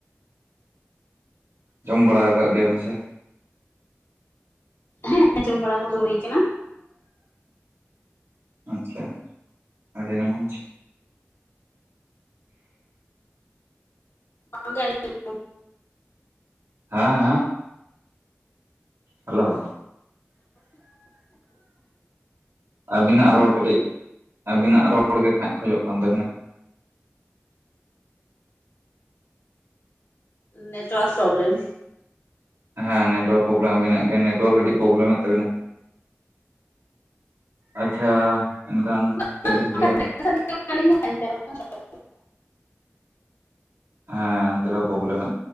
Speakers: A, on the right; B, on the left.
A: ᱡᱚᱢ ᱵᱟᱲᱟ ᱟᱠᱟᱜ ᱜᱮᱭᱟᱵᱮᱱ ᱥᱮ?
B: ᱦᱮᱸ, ᱡᱚᱢ ᱵᱟᱲᱟ ᱠᱚᱫᱚ ᱦᱩᱭ ᱟᱠᱟᱱᱟ᱾
A: ᱟᱪᱪᱷᱟ, ᱟᱹᱰᱤᱱᱟ ᱢᱚᱸᱡᱽ
B: <unintelligible>
A: ᱦᱮᱸ ᱦᱮᱸ? ᱦᱮᱞᱳ? ᱟᱹᱵᱤᱱᱟᱜ ᱨᱚᱲ ᱠᱟᱹᱴᱤᱡ ᱟᱹᱵᱤᱱᱟᱜ ᱨᱚᱲ ᱜᱮ ᱠᱷᱟᱸᱭ ᱠᱚᱡᱚᱜ ᱠᱟᱱ ᱛᱟᱹᱵᱤᱱᱟ᱾
B: Network problem.
A: ᱦᱮᱸ, ᱱᱮᱴᱚᱣᱟᱨᱠ ᱯᱚᱨᱚᱵᱮᱞᱮᱢ ᱟᱹᱵᱤᱱᱟᱜ ᱜᱮ ᱱᱮᱴᱚᱣᱟᱨ ᱠᱟᱹᱴᱤᱡ ᱯᱨᱚᱵᱮᱞᱮᱢᱮᱫ ᱛᱟᱵᱤᱱᱟ ᱾ ᱟᱪᱪᱷᱟ, ᱮᱱᱠᱷᱟᱱ
B: <unintelligible>
A: ᱪᱮᱫ ᱞᱤᱧ ᱞᱟᱹᱭᱟ
B: <unintelligible>
A: ᱦᱮᱸ, ᱮᱚᱱᱛᱮ ᱨᱮᱦᱚᱸ ᱯᱨᱚᱵᱮᱞᱮᱢᱮᱫ